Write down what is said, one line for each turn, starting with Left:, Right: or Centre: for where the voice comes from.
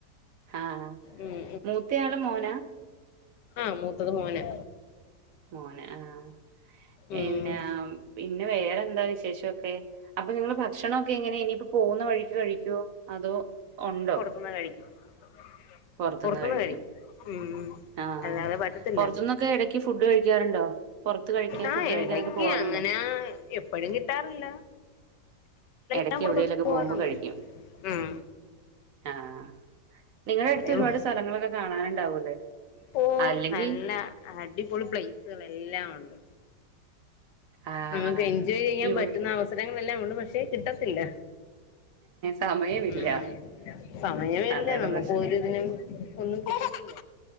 Right: ആഹ്
Left: ഉം
Right: മൂത്തയാള് മോനാ
Left: ആഹ് മൂത്തത് മോനാ
Right: മോന ആഹ് പിന്നാ
Left: ഉം
Right: പിന്നെ വേറെന്താ വിശേഷവൊക്കെ അപ്പൊ നിങ്ങളെ ഭക്ഷണൊക്കെ എങ്ങനെയാ ഇനിയിപ്പോ പോവുന്ന വഴിക്ക് കഴിക്കോ അതോ ഉണ്ടോ?
Left: മ്പൊ കഴിക്കും <inaudible>
Right: പുറത്തുന്ന് കഴി
Left: ശരി ഉം
Right: ആഹ്
Left: അല്ലാതെ പറ്റത്തില്ല
Right: പുറത്തുന്നൊക്കെ ഇടക്ക് ഫുഡ് കഴിക്കാറുണ്ടോ പുറത്ത് കഴിക്കാൻ
Left: ആ
Right: ഫുഡ് കഴിക്കാനൊക്കെ
Left: ഇടയ്ക്ക്
Right: പോവാറുണ്ടോ
Left: അങ്ങനെ എപ്പോഴും കിട്ടാറില്ല
Right: എടക്ക്
Left: ഞൻ കൂടെ
Right: എവിടേലൊക്കെ
Left: കൂ പോവാറുണ്ട്
Right: പോകുമ്പോ കഴിക്കും
Left: ഉം
Right: ആഹ് നിങ്ങടെ
Left: അത്രേള്ളൂ
Right: എടുത്ത് ഒരുപാട് സ്ഥലങ്ങളൊക്കെ കാണാനുണ്ടാവൂല്ലേ?
Left: പ്പോയ്
Right: അല്ലെങ്കി
Left: നല്ല അടിപൊളി പ്ലേസുകൾ എല്ലാം ഉണ്ട്
Right: ആഹ്
Left: നമുക്ക് എൻജോയ് ചെയ്യാൻ
Right: ഇവി
Left: പറ്റുന്ന അവസരങ്ങളെല്ലാം ഉണ്ട് പക്ഷെ കിട്ടത്തില്ല
Right: സമയമില്ല
Left: ഉം സമയോംയില്ല
Right: അതാണ്
Left: നമുക്ക്
Right: പ്രശ്നം.
Left: ഒരിതിനും ഒന്നും കിട്ടേ-